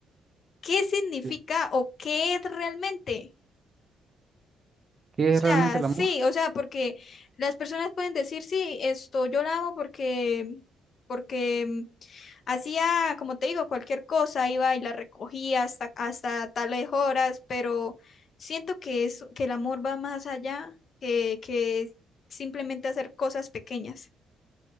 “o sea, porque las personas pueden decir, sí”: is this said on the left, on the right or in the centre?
Left